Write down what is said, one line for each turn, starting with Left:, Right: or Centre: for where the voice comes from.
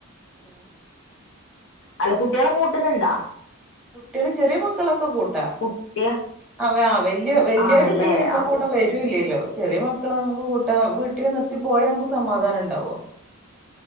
Centre: <inaudible>
Left: അല്ല കുട്ട്യാളെ കൂട്ടുന്നുണ്ടാ
Centre: കുട്ടിയേള് ചെറി മക്കളൊക്കെ കൂട്ടാ
Left: കുട്ടിയ
Centre: അവ വല്ല്യ വല്ല്യോര്
Left: ആണല്ലേ
Centre: പിന്നെ ഞങ്ങളുടെ
Left: ആഹ്
Centre: കൂടെ വരൂല്ല്യല്ലോ ചെറിയ മക്കളെ നമുക്ക് കൂട്ട വീട്ടിൽ നിർത്തി പോയാ നമുക്ക് സമാധാനം ണ്ടാവോ